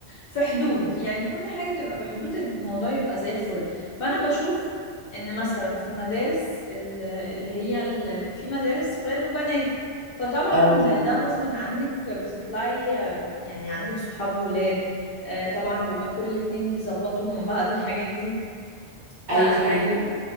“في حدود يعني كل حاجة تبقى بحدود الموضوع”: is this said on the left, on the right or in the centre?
Left